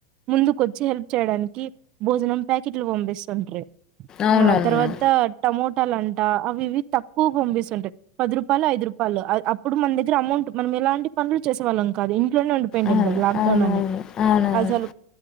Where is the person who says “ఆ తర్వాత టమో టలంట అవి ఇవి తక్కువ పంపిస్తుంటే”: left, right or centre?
Right